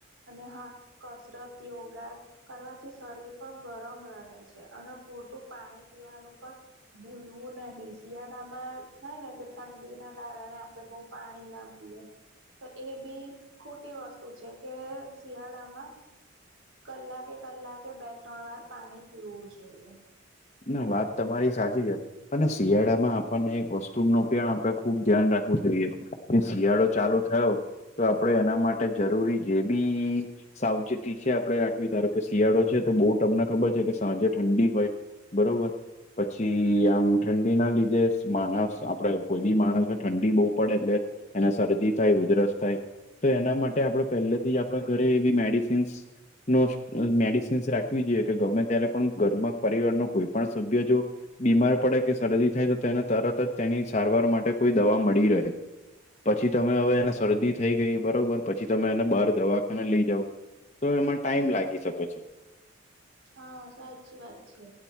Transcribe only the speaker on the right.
અને હા કસરત યોગા. કરવાથી શરીર પણ ગરમ રહે છે અને પૂરતું પાણી પીવાનું પણ ભૂલવું નહીિ શિયાળામાં થાય ને કે ઠંડીના કારણે આપણે બહુ પાણી ના તો એ બી ખોટી વસ્તુ છે કે શિયાળામાં કલાકે કલાકે બે ત્રણ વાર પાણી પીવું જોઈએ.
હા સાચી વાત છે.